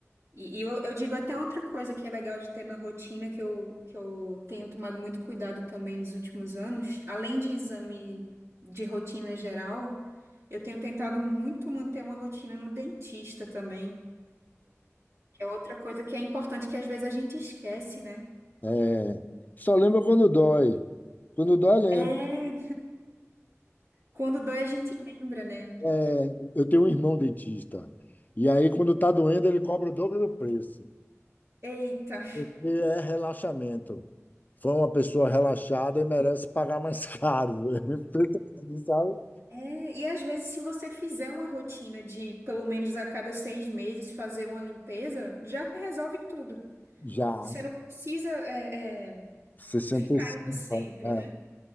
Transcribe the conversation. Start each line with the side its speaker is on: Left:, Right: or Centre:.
Right: E, e eu, eu digo até outra coisa que é legal de ter na rotina, que eu, que eu tenho tomado muito cuidado também nos últimos anos. Além de exame de rotina geral, eu tenho tentado muito manter uma rotina no dentista também. Que é outra coisa que é importante que às vezes a gente esquece, né?
Left: É, é, é. só lembra quando dói. Quando dói, lembra.
Right: É, Quando dói, a gente lembra, né?
Left: É, eu tenho um irmão dentista. E aí, quando tá doendo, ele cobra o dobro do preço,
Right: Eita.
Left: porque é relaxamento. Foi uma pessoa relaxada e merece pagar mais caro. <laughs> Sabe?
Right: É, e às vezes, se você fizer uma rotina de pelo menos a cada seis meses fazer uma limpeza, já resolve tudo.
Left: Já,
Right: Você não precisa é, é,
Left: sessenta
Right: ficar
Left: e cinco.
Right: indo sempre,
Left: é.
Right: né?